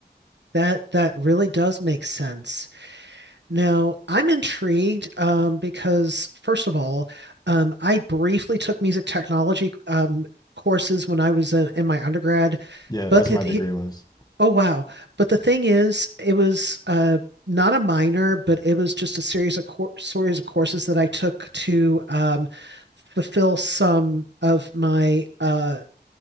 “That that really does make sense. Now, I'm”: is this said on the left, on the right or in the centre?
Right